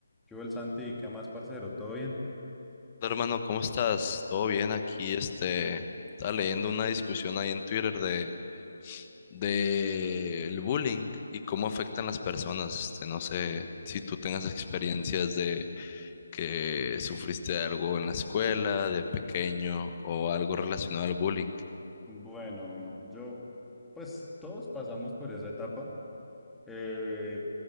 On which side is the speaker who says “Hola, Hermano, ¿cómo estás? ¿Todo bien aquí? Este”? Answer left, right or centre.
Left